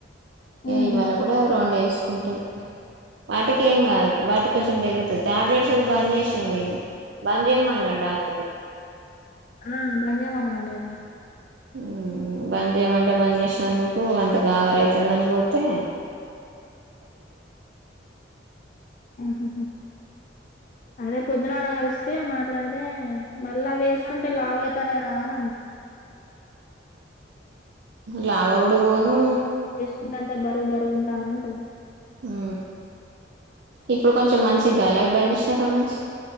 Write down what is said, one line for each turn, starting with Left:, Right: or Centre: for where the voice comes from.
Left: ఉమ్
Right: ఇవాళ కూడా రెండేసి ఉంటుంది వాటికి ఏం కాదు వాటికి కొంచెం పెరుగుతుంది టాబ్లెట్స్ బంద్ చేసింది బంద్ చేయమన్నాడు డాక్ట
Left: ఆ బంద్ చేయమన్న రాంటా కదా
Right: హ్మ్ బంద్ చేయమంటే బంద్ చేసినందుకు అంత గాబర అవుతుంది అని భత తే
Left: ఆహ్ హా అదే పొద్దునాట క తే మాట్లాడదే మళ్ళ అవి వేసుకుంటే లావ అవుతానేరా అంధి
Right: లావావ కూడు పోను
Left: కుంటాంత బరు బరు ఉంటాన అంతది
Right: ఆ ఇప్పుడు కొంచెం మంచిగాల బంద్ కానుంచి